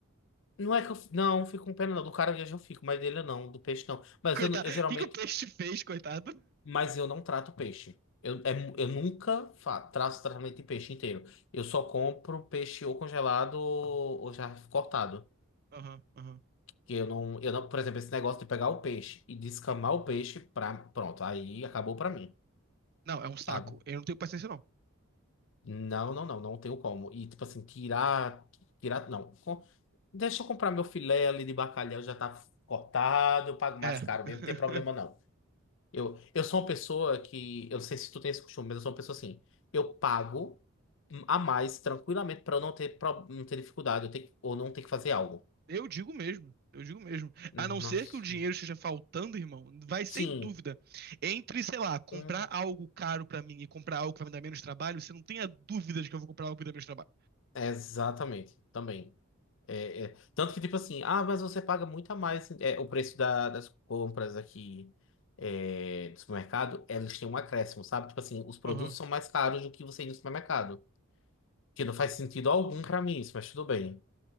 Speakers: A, on the left; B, on the right.
A: Não é que eu, não, fico com pena não, do caranguejo eu fico, mas dele eu não, do peixe não. Mas
B: Coitado.
A: eu, eu
B: O
A: geralmente
B: que que o peixe te fez, coitado?
A: Mas eu não trato peixe. Eu, é mu- eu nunca fa- traço tratamento de peixe inteiro. Eu só compro peixe ou congelado ou já cortado.
B: Aham, aham.
A: Que eu não, eu não, por exemplo, esse negócio de pegar o peixe e descamar o peixe pra, pronto, aí acabou pra mim,
B: Não, é um saco.
A: sabe?
B: Eu não tenho paciência, não.
A: Não, não, não, não tenho como. E tipo assim, tirar, tirar, não. Com- Deixa eu comprar meu filé ali de bacalhau, já tá cortado, eu pago mais
B: É.
A: caro mesmo,
B: <laughs>
A: não tem problema não. Eu, eu sou uma pessoa que, eu não sei se tu tem esse costume, mas eu sou uma pessoa assim, eu pago a mais tranquilamente para eu não ter, pro- não ter dificuldade eu ter, ou não ter que fazer algo.
B: Eu digo mesmo, eu digo mesmo.
A: Hum,
B: A não ser
A: Nossa.
B: que o dinheiro esteja faltando, irmão, vai
A: Sim.
B: sem dúvida. Entre, sei lá, comprar
A: Hum,
B: algo caro pra mim e comprar algo que vai me dar menos trabalho, você não tenha dúvida de que eu vou comprar algo que me dá menos trabalho.
A: exatamente. Também. É, é. Tanto que, tipo assim, ah, mas você paga muito a mais. assim", é, o preço da- das compras aqui é, do supermercado, eles têm um acréscimo, sabe? Tipo assim, os produtos
B: Aham.
A: são mais caros do que você ir no supermercado. Que não faz sentido algum para mim isso, mas tudo bem.